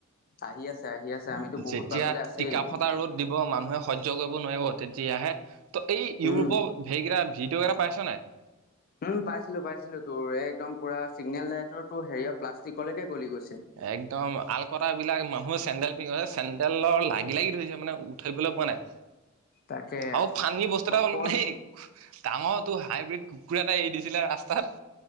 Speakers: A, on the left (about 45°); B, on the right (about 70°).
A: আহি আছে। আহি আছে আমিতো বহুত
B: যেতিয়া
A: পাবলৈ আছেই
B: টিকা ফটা ৰ'দ দিব মানুহে সৰ্য্য কৰিব নোৱাৰিব। তেতিয়াহে! ত' এই ইউৰোপৰ
A: উম
B: হেৰি কেটা ভিডিও' কেইটা পাইছনে?
A: উম। পাইছিলো। পাইছিলো। তোৰ এই একদম পুৰা চিগনেল লাইটৰটো হেৰিয় প্লাষ্টিকলৈকে গলি গৈছে।
B: একদম। আল- কটৰা বিলাক মানুহ চেণ্ডেল পিন্ধছে। চেণ্ডেলৰ লাগি- লাগি ধৰিছে মানে, উঠাবলৈ পোৱা নাই।
A: তাকে
B: আৰু ফানী বস্তু এটা
A: অকল
B: <unintelligible> ল নেই ডাঙৰ তো হাইব্ৰীড কুকুৰ এৰি দিছিলে ৰাস্তাত,